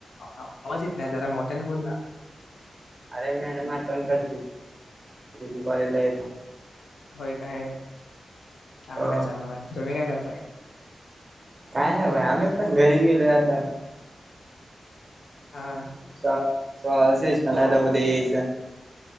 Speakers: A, on the left (about 80°); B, on the right (about 30°).
A: आवाज येत नाही जरा मोठ्याने बोलला
B: अरे मॅडम आठवण करते तझी कॉलेज ला येत ना.
A: होय काय चांगलंय
B: हो
A: चांगलंय तुम्ही काय करताय.
B: काय नाही भा आम्ही पण घरी गेलो आता
A: हां
B: स सो आस इ नाता उदय येस